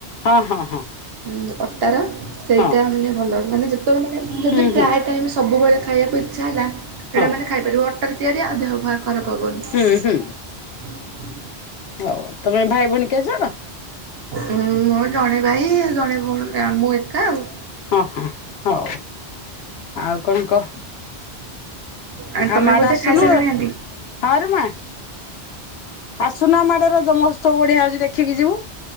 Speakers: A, on the left; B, on the right.
A: ହଁ ହଁ ହଁ।
B: ଉଁ ଅଟାର ସେଇଟା
A: ହଁ
B: ମାନେ ଭଲ। ମାନେ ଯେ ତେବେଳେ ମାନେ ଯଦି
A: ହୁଁ
B: ପ୍ରାୟ
A: ହୁଁ
B: ଟାଇମ ସବୁବେଳେ ଖାଇଆ କୁ ଇଚ୍ଛା ହେଲା ସେଇଟା
A: ହଁ
B: ମାନେ ଖାଇପାରିବ ଅ ଟାରେ ତିଆରି ଆଉ ଦେହ ପାହ ଖରାପ ହବନି।
A: ହୁଁ
B: ହ
A: ହୁଁ ହଉ ତମେ ଭାଇ ଭଉଣୀ କେତେ ଜଣ?
B: ଉଁ ମୋର ଜଣେ ଭାଇ ଆଉ ଜଣେ ଭଉଣୀ ଆ ମୁଁ ଏକା ଆଉ।
A: ହଁ ହଁ ହଉ। ଆଉ କଣ କହ?
B: ଆଉ
A: ଆମ
B: ତମେ
A: ଆଡେ
B: ବୋଧେ
A: ଆସୁନୁ
B: ଖାଇ ସାଇଲଣି ଆଣ୍ଟି?
A: ହଁରେ ମା ଆସୁନୁ ଆମ ଆଡ଼େ ରଜ ମହୋତ୍ସବ ବଢିଆ ହଉଚି ଦେଖିକି ଯିବୁ।